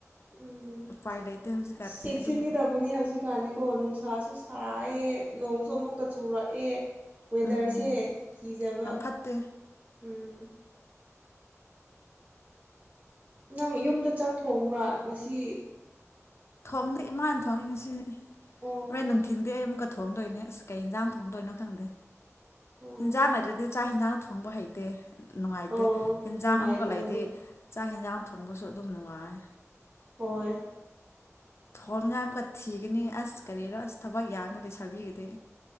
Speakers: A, on the right; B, on the left.
A: ꯎꯝ
B: ꯎꯄꯥꯏ ꯂꯩꯇꯦ ꯍꯧꯖꯤꯛꯀꯥꯟꯗꯤ
A: ꯑꯁ ꯆꯦꯛꯁꯤꯟꯒꯗꯕꯅꯦ
B: ꯑꯗꯨꯝ
A: ꯍꯧꯖꯤꯛꯀꯥꯟꯗꯤ ꯀꯣ ꯅꯨꯡꯁꯥꯁꯨ ꯁꯥꯏꯌꯦ ꯅꯣꯡꯁꯨ ꯑꯃꯨꯛꯀ ꯆꯨꯔꯛꯑꯦ ꯋꯦꯗꯔꯁꯦ
B: ꯎꯝ
A: ꯀꯤꯖꯕ
B: ꯌꯥꯝ ꯐꯠꯇꯦ
A: ꯎꯝ ꯅꯪ ꯌꯨꯝꯗ ꯆꯥꯛ ꯊꯣꯡꯕ꯭ꯔ ꯉꯁꯤ
B: ꯊꯣꯡꯗꯤ ꯏꯃꯥꯅ ꯊꯣꯡꯉꯤ ꯉꯁꯤꯗꯤ
A: ꯑꯣ
B: ꯍꫭꯔꯦꯟ ꯅꯨꯡꯊꯤꯟꯗꯤ ꯑꯩ ꯑꯃꯨꯛ ꯊꯣꯡꯗꯣꯏꯅꯦ ꯑꯁ ꯀꯩ ꯌꯦꯟꯖꯥꯡ ꯊꯣꯡꯗꯣꯏꯅꯣ ꯈꯪꯗꯦ
A: ꯑꯣ
B: ꯏꯟꯖꯡ ꯂꯩꯇ꯭ꯔꯗꯤ ꯆꯛ ꯏꯟꯖꯡ ꯊꯣꯡꯕ ꯍꯩꯇꯦ ꯅꯨꯡꯉꯥꯏꯇꯦ
A: ꯑꯣ
B: ꯍꯤꯟꯖꯥꯡ
A: ꯅꯨꯡꯉꯥꯏꯇꯕꯅꯦ
B: ꯑꯃꯛꯀ ꯂꯩꯗꯤ ꯆꯥꯛ ꯌꯦꯟꯖꯥꯡ ꯊꯣꯡꯕꯁꯨ ꯑꯗꯨꯝ ꯅꯨꯡꯉꯥꯏ
A: ꯍꯣꯏ
B: ꯊꯣꯟꯉꯥꯏ ꯑꯃꯀ ꯊꯤꯒꯅꯤ ꯑꯁ ꯀꯔꯤꯔꯣ ꯑꯁ ꯊꯕꯛ ꯌꯥꯝꯃꯤ ꯂꯩ ꯁꯥꯕꯤꯒꯗꯦ